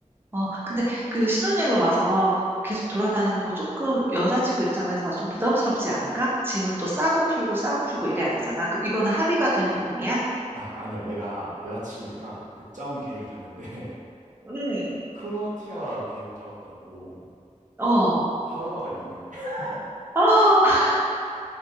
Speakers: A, on the right; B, on the right.
A: 어, 근데 그 신혼여행을 와서 계속 돌아다니는 거 조금 여자친구 입장에서 좀 부담스럽지 않을까? 짐을 또 싸고 풀고 싸고 풀고 이래야 되잖아. 그, 이거는 합의가 된 부분이야?
B: 아, 아니야. 내가 여자친구가 그 짜온 계획을 봤는데,
A: 음,
B: <laughs> 크로아티아 계획을 짜왔더라고.
A: 어.
B: 하루마다 이동해. <laughs>
A: <gasps>